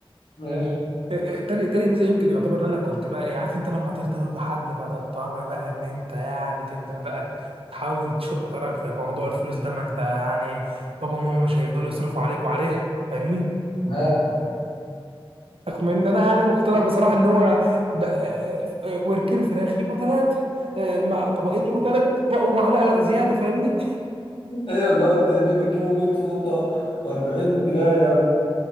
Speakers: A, on the left; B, on the right.
A: ماشي
B: إيه، إيه، تاني تاني ميزه يمكن يعتبر ان انا كنت بقى إيه، عارف انت لما ترتبط بحد فتضطر بقى ان انت يعني تبدا بقى تحاول تشق طريقك في موضوع الفلوس ده ما انت يعني بابا وماما مش هيفضلوا يصرفوا عليك وعليها فاهمني
A: ها
B: رغم ان انا يعني مقتنع بصراحه ان هو بقى- وركين فراخ يبقوا ثلاثه مع طبقين يبقوا ثلاث بقوا معلقه زياده فاهمني
A: ايوه اللي هو انت ليه بتجيبوا 100 فوطة و40 ملاية و...